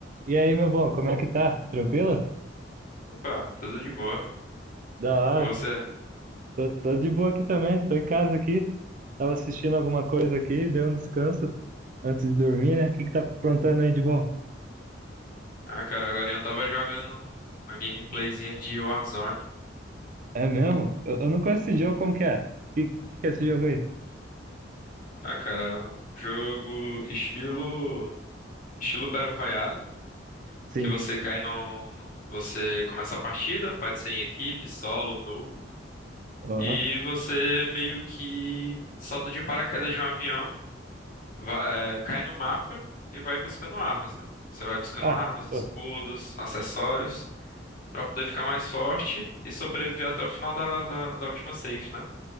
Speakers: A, on the right (about 45°); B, on the left (about 50°).
A: E aí, meu bom, como é que tá? Tranquilo?
B: Opa, tudo de boa.
A: Da hora.
B: E com você?
A: Tô, tô de boa aqui também, tô em casa aqui. Tava assistindo alguma coisa aqui, dei um descanso antes de dormir, né? O que que tá aprontando aí de bom?
B: Ah, cara, agora eu tava jogando uma gameplayzinha de Warzone.
A: É mesmo? Eu, eu não conheço esse jogo, como que é? Que, que que é esse jogo aí?
B: Ah, cara, é um jogo estilo estilo Battle Royale,
A: Sim.
B: que você cai no, no- você começa a partida, pode ser em equipe, solo, duo,
A: Aham.
B: e você meio que salta de paraquedas de um avião, vai- é, cai no mapa e vai buscando armas, né? Você vai buscando
A: Ah,
B: armas, escudos,
A: pô,
B: acessórios. Pra poder ficar mais forte e sobreviver até o final da, da, da última safe, né?